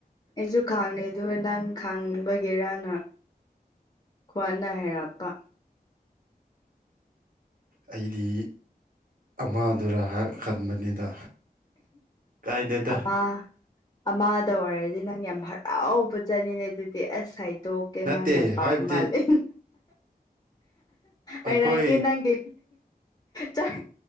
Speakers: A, on the left; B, on the right.
A: ꯑꯩꯁꯨ ꯈꯥꯡꯅꯦ ꯑꯗꯨ ꯅꯪ ꯈꯥꯡꯕꯒꯦꯔꯥꯅ ꯈ꯭ꯋꯥꯅꯥ ꯍꯔꯥꯛꯄ <inaudible>
B: ꯑꯩꯗꯤ ꯑꯃꯥꯗꯨꯔ ꯈꯟꯕꯅꯤꯗ ꯀꯥꯏꯗꯦꯗ
A: ꯑꯄꯥ ꯑꯃꯗ ꯑꯣꯏꯔꯗꯤ ꯅꯪ ꯌꯥꯝ ꯍꯔꯥꯎꯕ ꯆꯠꯂꯤꯅꯦ ꯑꯗꯨꯗꯤ ꯑꯁ ꯁꯥꯏꯗ ꯇꯣꯛꯀꯦ
B: ꯅꯠꯇꯦ
A: ꯅꯪ ꯌꯥꯝ ꯄꯥꯝꯕ
B: ꯍꯥꯏꯕꯗꯤ
A: ꯃꯥꯜꯂꯦ ꯑꯩꯔꯒꯦ
B: ꯑꯩꯈꯣꯏ
A: ꯅꯪꯦ ꯆꯥꯛ